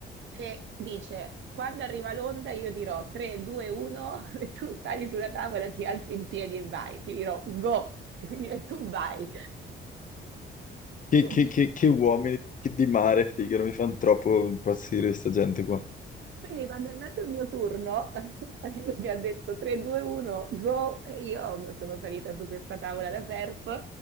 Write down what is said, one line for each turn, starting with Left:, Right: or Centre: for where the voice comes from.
Right: e dice: Quando arriva l'onda, io dirò 3, 2, 1, <laughs> e tu sali sulla tavola, ti alzi in piedi e vai. Ti dirò go, <laughs> e tu vai.
Left: Che,
Right: <laughs>
Left: che- che- che uomini che di mare, Figaro, mi fanno troppo impazzire questa gente qua.
Right: Quindi quando è andato il mio turno, <laughs> mi ha detto 3, 2, 1, go, e io sono salita su questa tavola da surf,